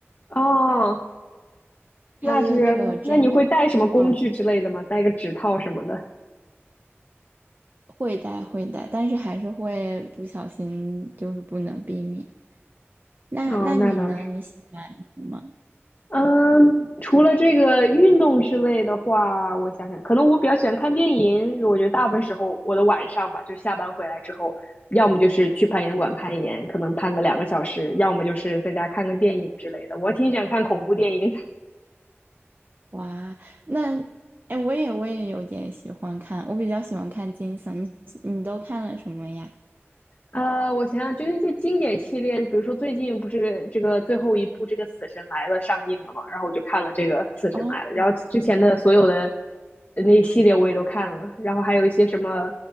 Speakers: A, on the left (about 45°); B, on the right (about 45°).
A: 哦，那是，
B: 它的那个针上
A: 那你会带什么工具之类的吗？
B: 哦
A: 带个指套什么的？
B: 会带会带，但是还是会不小心，就是不能避免。那那你呢？
A: 哦，那倒是。
B: 你喜欢什么？
A: 嗯，除了这个运动之类的话，我想想，可能我比较喜欢看电影。我觉得大部分时候，我的晚上吧，就下班回来之后，要么就是去攀岩馆攀岩，可能攀个两个小时，要么就是在家看个电影之类的。我挺喜欢看恐怖电影。
B: 哇，那哎，我也我也有点喜欢看，我比较喜欢看惊悚。你你都看了什么呀？
A: 呃，我想想，就是一些经典系列，比如说最近不是这个最后一部这个《死神来了》上映了嘛，然后我就看了这个《死神来了》，
B: 哦，
A: 然后之前的所有的呃那系列我也都看了，然后还有一些什么